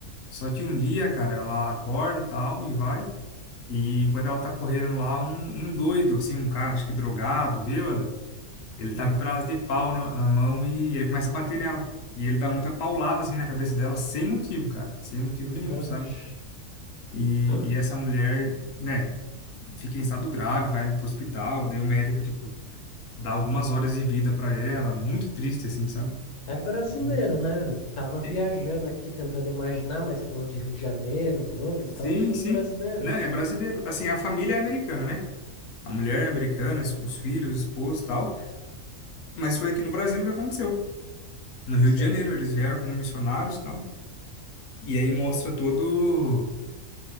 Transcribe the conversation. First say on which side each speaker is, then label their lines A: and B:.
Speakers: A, on the left; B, on the left.
A: Só que um dia, cara, ela acorda, tal, e vai. E enquanto ela tá correndo lá, um, um doido, assim, um cara, acho que drogado, bêbado, ele tá
B: Uhum.
A: com um pedaço de pau na, na mão e ele começa a bater nela. E ele dá muita paulada, assim, na cabeça dela, sem motivo, cara, sem motivo nenhum,
B: Oxe.
A: sabe? E,
B: <clears throat>
A: e essa mulher, né, fica em estado grave, vai pro hospital, daí o médico, tipo, dá algumas horas de vida para ela, muito triste assim, sabe?
B: É brasileiro,
A: Uhum.
B: né? Eu Tava viajando
A: É,
B: aqui tentando imaginar, mas falou de Rio de Janeiro, Globo,
A: Sim,
B: então é um filme
A: sim.
B: brasileiro.
A: Né? É brasileiro. Assim, a família é americana, né? A mulher é americana, os os filhos, o esposo e tal. Mas foi aqui no Brasil que aconteceu. No Rio
B: Sei,
A: de Janeiro, eles vieram como missionários e tal. E aí mostra todo,